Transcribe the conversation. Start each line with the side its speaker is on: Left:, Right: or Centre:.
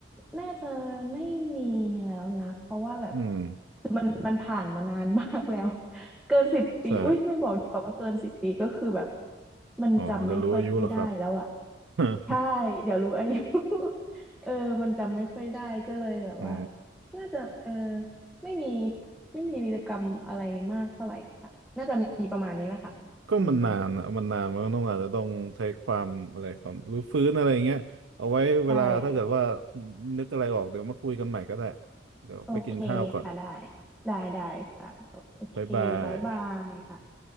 Centre: น่าจะไม่มีแล้วนะเพราะว่าแบบ
Right: อืม
Centre: คือมันมันผ่านมานานมากแล้ว <laughs> เกินสิบปีอุ้ยไม่บอกดีกว่าว่าเกินสิบปีก็คือแบบ
Right: ใช่
Centre: มันจำไม่ค่อยได้แล้วอะ
Right: อ๋อเดี๋ยวรู้อายุเหรอครับ <laughs>
Centre: ใช่เดี๋ยวรู้อายุ <laughs> เออมันจำไม่ค่อยได้ก็เลยแบบว่า
Right: อ๋อ
Centre: น่าจะเออไม่มีไม่มีวีรกรรมอะไรมากเท่าไหร่ค่ะน่าจะมีประมาณนี้แหละค่ะอืม
Right: ก็มันนานอ่ะมันนานมันก็ต้องอาจจะต้องใช้ความอะไรความรื้อฟื้นอะไรอย่างเงี้ยเอาไว้เวลาถ้าเกิดว่า
Centre: ใช่
Right: นึกอะไรออกเดี๋ยวมาคุยกันใหม่ก็ได้เดี๋ยวไปกินข้าวก่อน
Centre: โอเคค่ะได้ได้ได้ค่ะโอเคบ๊ายบายค่ะ
Right: บ๊ายบาย